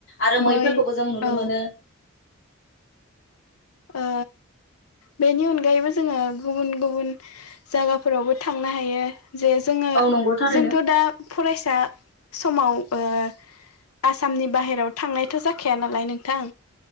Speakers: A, on the left (about 60°); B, on the left (about 85°).
A: आरो मैफोरखौबो
B: मै
A: जों नुनो
B: औ
A: मोनो। <inaudible>
B: ओ बेनि अनगायैबो जोङो गुबुन गुबुन जागाफोरावबो थांनो हायो। जे जोङो
A: औ नंगौ थारैनो
B: जोंथ' दा फरायसा समाव ओ आसामनि बाहेराव थांनायथ' जाखाया नालाय नोंथां